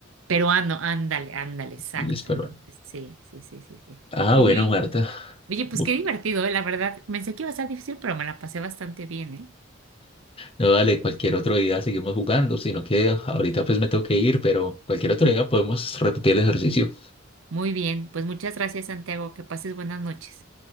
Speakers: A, on the right (about 80°); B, on the left (about 30°).
A: peruano, ándale, ándale, exacto.
B: eres peruano.
A: Entonces, sí, sí, sí, sí, sí.
B: Ah,
A: Oye,
B: bueno, Marta.
A: Oye, pues
B: Bu-
A: qué divertido, eh, La verdad, pensé que iba a ser difícil, pero me la pasé bastante bien, ¿eh?
B: No, dale, cualquier otro día seguimos jugando, sino que ahorita pues me tengo que ir, pero cualquier otro día podemos repetir el ejercicio.
A: Muy bien, pues muchas gracias, Santiago, que pases buenas noches.